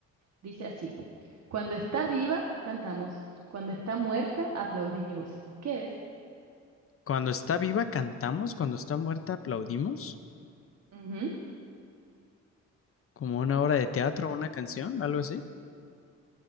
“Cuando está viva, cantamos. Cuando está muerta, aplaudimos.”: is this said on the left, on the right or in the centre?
Left